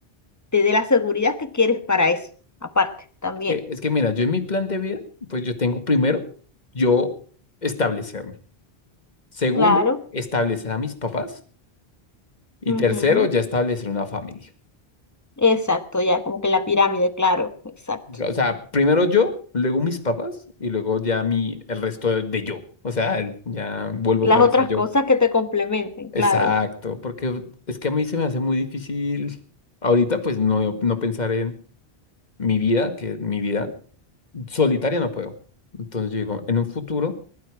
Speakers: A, on the left; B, on the left.
A: te dé la seguridad que quieres para eso, aparte, también.
B: Es que, es que mira, yo en mi plan de vida, pues yo tengo primero, yo establecerme. Segundo,
A: Claro.
B: establecer a mis papás. Y
A: Ujú.
B: tercero, ya establecer una familia.
A: Exacto, ya como que la pirámide, claro, exacto.
B: O sea, primero yo, luego mis papás y luego ya mi, el resto de, yo. O sea, ya vuelvo
A: Las
B: otra
A: otras
B: vez a yo.
A: cosas que te complementen,
B: Exacto,
A: claro.
B: porque es que a mí se me hace muy difícil ahorita, pues no, no pensar en mi vida, que mi vida solitaria no puedo. Entonces yo digo, en un futuro,